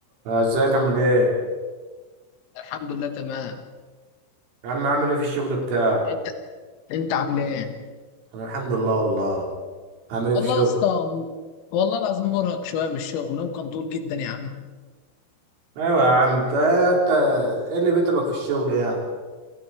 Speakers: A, on the right (about 65°); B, on the left (about 85°).
A: آه، ازيك عامل ايه
B: الحمد لله تمام
A: يا عم عامل ايه في الشغل بتاعك
B: انت انت عامل ايه
A: انا الحمد لله والله عامل ايه
B: والله
A: في الشغل
B: يا اسطى والله العظيم مرهق شويه من الشغل يوم كان طول جدا يا عم
A: ايوه يا عم انت انت ايه اللي بيتعبك في الشغل يعني